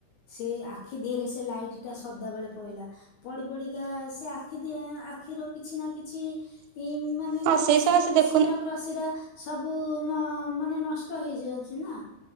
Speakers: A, on the left; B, on the right.
A: ସେ ଆଖି ଧିରେ ସେ ଲାଇଟ୍ ଟା ସଦା ବେଳେ ପଇଲା। ପଡି ପଡିକା ସେ ଆଖି ଦିହାଁ ଆଖିର କିଛି ନା କିଛି ମା ମାନେ
B: ହଁ
A: ତାର
B: ସେଇ
A: ଶ୍ରୀ
B: ସକାଶେ ଦେଖୁ
A: ଶ୍ରାରା ପ୍ରଶିରା ସବୁ ନ ମାନେ ନଷ୍ଟ ହେଇଯାଉଚି ନା।